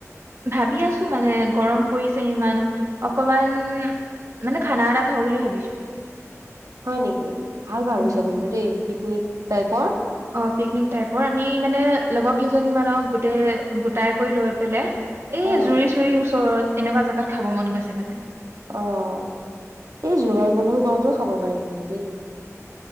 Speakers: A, on the right; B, on the right.
A: ভাবি আছো মানে গৰম পৰিছে ইমান অকমান মানে খানা এটা খাওঁ বুলি ভাবিছো
B: হয় নেকি। ভাল ভাবিছ
A: উম।
B: কিন্তু দেই পিকনিক টাইপৰ।
A: অ পিকনিক টাইপৰ আমি মানে লগৰ কেইজনী মানক গোটেই গোটাই কৰি লৈ পেলাই এ
B: অ
A: জুৰি চুৰি ওচৰত এনেকুৱা জেগাত খাব মন গৈছে মানে
B: <unintelligible> ইটো খাব পাৰি কিন্তু দেই